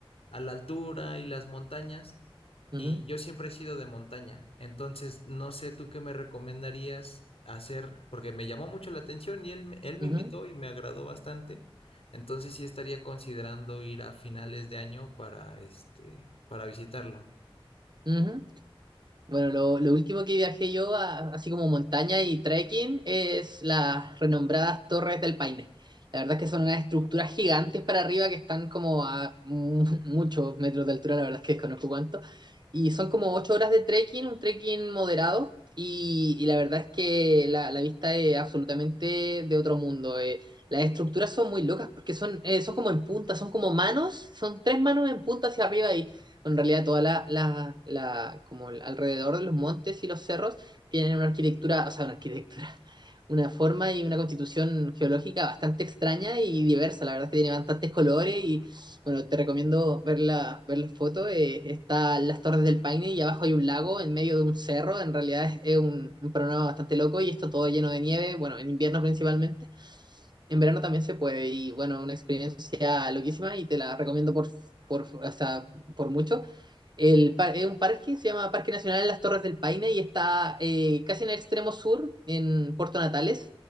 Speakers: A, on the left; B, on the right.
A: a la altura y las montañas,
B: Ujú,
A: y yo siempre he sido de montaña, entonces no sé tú qué me recomendarías hacer, porque me llamó mucho la atención y él, me- él me
B: ujú,
A: invitó y me agradó bastante, entonces sí estaría considerando ir a finales de año para este, para visitarlo.
B: ujú. Bueno, lo, lo último que viajé yo, a- así como montaña y trekking, es las renombradas Torres del Paine. La verdad es que son unas estructuras gigantes para arriba que están como a mu- muchos metros de altura, la verdad es que desconozco cuánto. Y son como ocho horas de trekking, un trekking moderado. Y, y la verdad es que la, la vista es absolutamente de otro mundo. eh. Las estructuras son muy locas porque son, eh, son como en punta, son como manos, son tres manos en punta hacia arriba en realidad toda la, la, la- como el- alrededor de los montes y los cerros tienen una arquitectura, o sea, una arquitectura, <laughs> una forma y una constitución geológica bastante extraña y diversa. La verdad es que tiene bastantes colores y bueno, te recomiendo ver la, ver las fotos. Eh, está las Torres del Paine y abajo hay un lago en medio de un cerro. En realidad es, es un, un panorama bastante loco y esto todo lleno de nieve, bueno, en invierno principalmente. En verano también se puede y bueno, una experiencia loquísima y te la recomiendo por, por, o sea, por mucho. El, par- es un parque, se llama Parque Nacional Las Torres del Paine y está eh, casi en el extremo sur, en Puerto Natales,